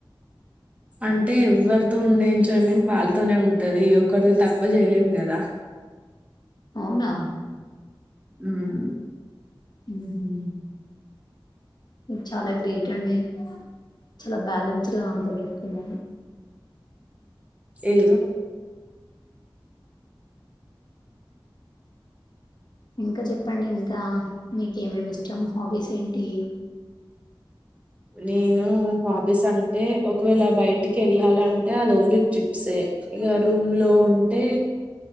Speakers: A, on the right; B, on the left.
A: అంటే ఎవరితో ఉండే ఎంజాయిమెంట్ వాళ్ళతోనే ఉంటది, ఒకరిది తక్కువ జెయలేం గదా.
B: అవునా.
A: ఉమ్.
B: ఉహు. చాలా గ్రేట్ అండి. చాలా బ్యాలెన్స్డ్ గా ఉంటది ఎప్పుడూ ఇలాగే.
A: ఏదో.
B: ఇంకా చెప్. చెప్పండి ఇంకా, మీకె మేమి ఇష్టం, హాబీస్ ఏంటీ.
A: నేను హాబీస్ అంటే ఒకవేళ బయటికి ఎళ్ళాలంటే అది ఓన్లీ ట్రిప్సే ఇగ రూమ్ లో ఉంటే